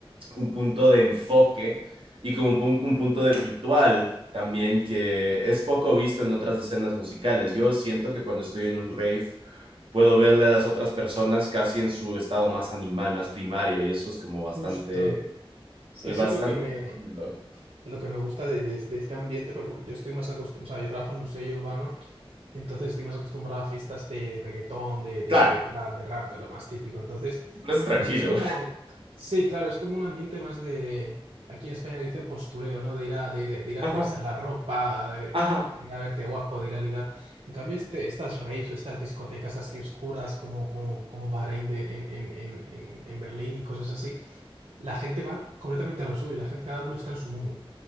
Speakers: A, on the right; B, on the right.
A: un punto de enfoque y como un, un punto de ritual también que es poco visto en otras escenas musicales. Yo siento que cuando estoy en un rave puedo verle a las otras personas casi en su estado más animal, más primario y eso es como
B: justo.
A: bastante,
B: Es
A: bastante
B: que eso es lo que me,
A: tranquilo.
B: lo que me gusta de, de- de este ambiente, porque yo estoy más acostumbrado, o sea, yo trabajo en un sello urbano, entonces estoy más acostumbrado a fiestas de reggaetón, de, de,
A: Claro,
B: de trap, de rap, de lo más típico. Entonces,
A: pues es tranquilo.
B: pues es como, sí, claro, es como un ambiente más de, aquí en España le dicen postureo, ¿no? De ir a, de, de- de ir a
A: Ajá,
B: flexar la ropa, de,
A: ajá.
B: de ir a verte guapo, de ir a ligar. En cambio, este, estas raves o estas discotecas así oscuras como, como, como Bahrein de- en, en, en, en en Berlín y cosas así la gente va completamente a lo suyo, la gente, cada uno está en su mundo,